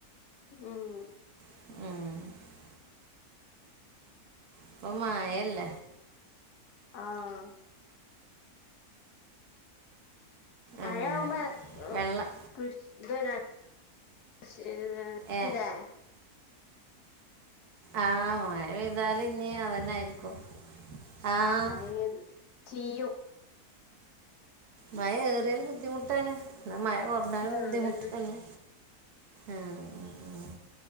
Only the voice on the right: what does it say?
ഏഹ് ഇപ്പം മയല്ലേ.
അങ്ങനൊക്കെ
വെള്ളം
ഏ
ആഹ് മഴ പെയ്താല് ഇഞ്ഞ് അതന്നായിരിക്കും. ആഹ്
മഴ ഏറ്യാല് ബുദ്ധിമുട്ടാണ്. ന്നാ മഴ കൊർ ണാലും
ബുദ്ധിമുട്ടാണ്.
ആഹ്. ആഹ്